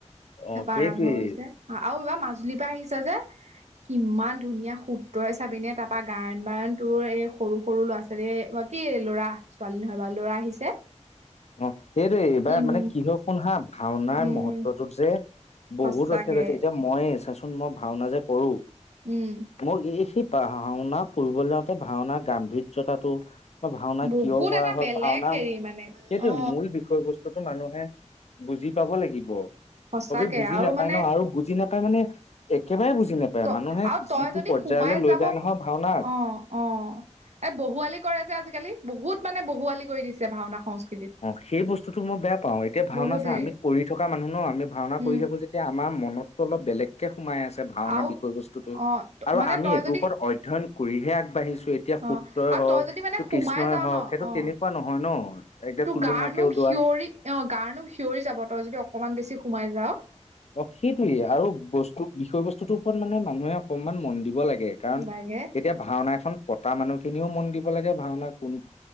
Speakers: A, on the left; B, on the right.
A: অ
B: তাৰাপা
A: সেইটোৱেই
B: আৰম্ভ হৈছে আৰু এইবাৰ মাজুলীৰ পৰা আহিছ যে কিমান ধুনীয়া সূত্ৰই চাবিনে তাৰাপা গায়ন বায়ন তোৰ এই সৰু সৰু ল'ৰা ছোৱালী বা কি ল'ৰা ছোৱালী নহয় বাৰু ল'ৰা আহিছে
A: অ 'সেইটোৱে এইবাৰ
B: ইম
A: মানে কিহ শুন হা ভাওনাৰ
B: উম
A: মহত্বটো যে বহুত
B: সঁচাকে
A: ৰক্ষা কৰিছে এতিয়া ময়ে চাচোন মই ভাওনা যে কৰো
B: উম
A: মোৰ এহি ভাওনা কৰিবলৈ যাওঁতে ভাওনাৰ গাম্ভীৰ্যতাটো। ভাওনা
B: বহুত
A: কিয় কৰা
B: এটা
A: হয়
B: বেলেগ
A: ভাওনা
B: হেৰি মানে
A: সেইটোৱে
B: অ
A: মূল বিষয় বস্তুতটো মানুহে বুজি পাব লাগিব।
B: সঁচাকে
A: সবেই বুজি
B: আৰু
A: নাপায়
B: মানে
A: ন আৰু বুজি নাপায় মানে একেবাৰে বুজি নাপায়
B: ত
A: মানুহে
B: আৰু তই
A: যিটো
B: যদি
A: পৰ্যায়লৈ
B: সোমাই
A: লৈ
B: যাব
A: যায়
B: অ-
A: নহয় ভাওনা
B: অ এই বহুৱালি কৰে যে আজিকালি বহুত মানে বহুৱালি কৰি দিছে ভাওনা সংস্কৃতিৰ
A: অ' সেই বস্তুতো মই বেয়া পাওঁ এতিয়া ভাওনা
B: বহুত
A: চা
B: হেৰি
A: আমি কৰি থকা মানুহ ন আমি ভাওনা কৰি
B: উম
A: থাকো যেতিয়া আমাৰ মনতো অলপ বেলেগ। সোমাই আছে ভাওনা
B: আৰু
A: বিষয় বস্তুতটো
B: অ
A: আৰু
B: মানে
A: আমি
B: তই
A: এইটোৰ
B: যদি
A: ওপৰত অধ্যয়ন কৰিহে আগবাঢ়িছো। ত এতিয়া
B: অ
A: শুত্ৰই
B: আৰু
A: হওক
B: তই যদি মানে
A: ত
B: সোমাই
A: কৃষ্ণই
B: যাও
A: হওক
B: ন
A: সেইটো
B: অ
A: তেনেকুৱা নহয় ন' এতিয়া
B: তোৰ
A: টুলুঙাকে
B: গাৰনোম
A: ওলোৱা
B: হিয়ঞৰি অ গাৰ নোম সিঞৰি যাব তই যদি অকমান বেছি সোমাই যাৱ
A: অ 'সেইটোয়ে আৰু বস্তু বিষয় বস্তুটোৰ ওপৰত মানে মানুহে অকনমান মন দিব লাগে কাৰণ
B: লাগে
A: এতিয়া ভাওনা এখন পতা মানুহখিনিও মন দিব লাগে ভাওনা কোন।